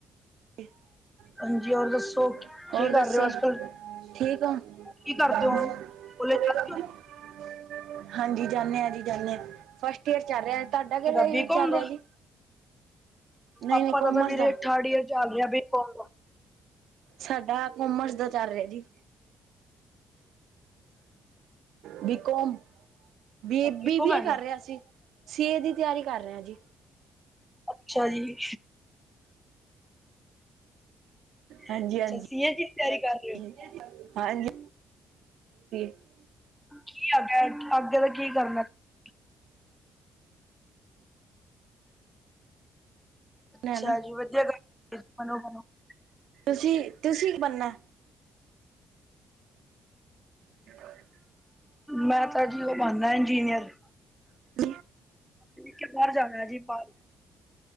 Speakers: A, on the right (about 80°); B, in the centre.
A: <inaudible> <unintelligible>
B: ਹਾਂਜੀ ਹੋਰ ਦੱਸੋ ਕੀ
A: ਹੋਰ
B: ਕਰ
A: ਦੱਸੋ
B: ਰਹੇ ਹੋ ਅੱਜ ਕੱਲ
A: ਠੀਕ ਐ <unintelligible>
B: ਕੀ ਕਰਦੇ ਹੋ ਕੋਲਜ ਜਾਂਦੇ ਹੋ
A: ਹਾਂਜੀ ਜਾਂਦੇ ਆਂ ਜੀ ਜਾਂਦੇ ਆਂ ਫਸਟ ਈਅਰ ਚੱਲ ਰਿਹਾ ਤੁਹਾਡਾ
B: ਕਿਦਾ
A: ਕਿਵੇਂ
B: ਬੀਕੌਮ
A: ਚੱਲ ਰਿਹਾ
B: ਦਾ
A: ਜੀ ਨਹੀਂ
B: ਆਪਾਂ
A: ਨਹੀਂ ਕੋਮਰਸ
B: ਤਾਂ ਵੀਰੇ
A: ਦਾ
B: ਥਰਡ ਈਅਰ ਚੱਲ ਰਿਹਾ ਬੀਕੌਮ ਦਾ
A: ਸਾਡਾ ਕੋਮਰਸ ਦਾ ਚੱਲ ਰਿਹਾ ਜੀ B com B
B: BCom
A: B B
B: ਹੈਗਾ
A: A ਕਰ ਰਿਹਾ ਸੀ ਏ ਦੀ ਤਿਆਰੀ ਕਰ ਰਹੇ ਹਾਂ ਜੀ
B: ਅੱਛਾ ਜੀ
A: ਹਾਂਜੀ,
B: ਅੱਛਾ
A: ਹਾਂਜੀ।
B: ਸੀਏ ਦੀ ਤਿਆਰੀ ਕਰ ਰਹੇ ਹੋ
A: <unintelligible> ਹਾਂਜੀ <unintelligible>
B: ਕੀ ਅੱਗੇ, ਅੱਗੇ ਦਾ ਕੀ ਕਰਨੈ। <inaudible> ਅੱਛਾ
A: ਨਾ ਨਾ
B: ਜੀ, ਵਧੀਆ ਗੱਲ <unintelligible>
A: ਤੁਸੀਂ, ਤੁਸੀਂ ਕੀ ਬਨਨਾ? <inaudible>
B: ਮੈਂ ਤਾਂ ਜੀ ਔ ਬਨ ਨੈ ਇੰਜੀਨੀਅਰ।
A: <inaudible>
B: ਕੇ ਬਾਹਰ ਜਾਣਾ ਜੀ ਬਾਹਰ